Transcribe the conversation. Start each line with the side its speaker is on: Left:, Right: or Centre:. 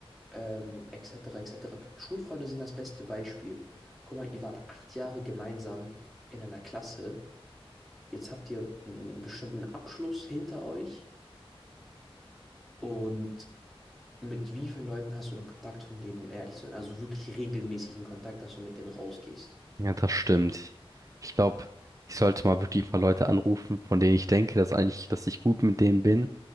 Centre: ähm, etc., etc. Schulfreunde sind das beste Beispiel. Guck mal, ihr wart acht Jahre gemeinsam in einer Klasse. Jetzt habt ihr einen bestimmten Abschluss hinter euch. Und mit wie vielen Leuten hast du den Kontakt von denen, um ehrlich zu sein? Also wirklich regelmäßigen Kontakt, dass du mit denen rausgehst.
Right: Ja, das stimmt. Ich glaube, ich sollte mal wirklich ein paar Leute anrufen, von denen ich denke, dass eigentlich, dass ich gut mit denen bin